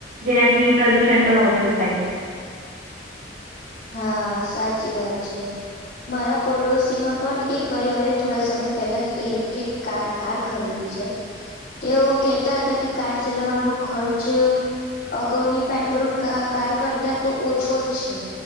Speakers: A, on the right (about 55°); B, on the left (about 60°).
A: જેનાથી પ્રદુષણ પણ ઓછું થાય
B: હા સાચી વાત છે મારા પડોશી માં પણ એક પરિવારે થોડા સમય પહેલા જ ઇલેક્ટ્રિક કાર ખરીદી છે તેઓ કેતા હતા કે કાર ચલાવવાનો ખર્ચ અગાઉની પેટ્રોલ કાર કરતા તો ઓછો જ છે